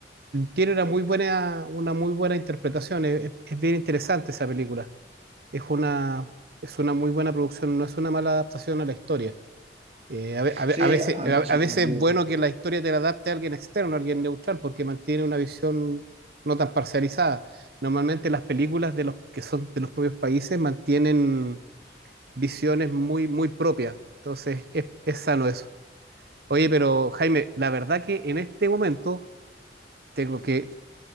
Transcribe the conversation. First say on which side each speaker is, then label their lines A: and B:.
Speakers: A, on the right (about 55°); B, on the right (about 35°).
A: Tiene una muy buena, una muy buena interpretación, es, es bien interesante esa película. Es una, es una muy buena producción, no es una mala adaptación a la historia. Eh, a, ve- a ve-
B: Sí,
A: a veces,
B: a
A: a,
B: mí me
A: a
B: sorprendió.
A: veces es bueno que la historia te la adapte a alguien externo, a alguien neutral, porque mantiene una visión no tan parcializada. Normalmente las películas de los que son de los propios países mantienen visiones muy, muy propias. Entonces es, es sano eso. Oye, pero Jaime, la verdad que en este momento tengo que